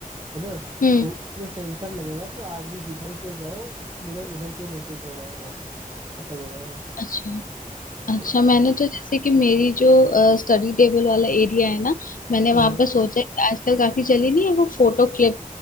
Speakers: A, on the right; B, on the left.
A: है ना
B: हम्म
A: तो उसमें सेंसर लगेगा तो आदमी जिधर की ओर जाएगा वो मिरर उधर की ओर रोटेट हो जाएगा ऐसा भी हो जाएगा
B: अच्छा अच्छा
A: हाँ
B: मैंने तो जैसे कि मेरी जो स्टडी टेबल वाला एरिया है ना मैंने
A: हाँ
B: वहां पर सोचा है कि आजकल काफी चली नहीं है वो photo clip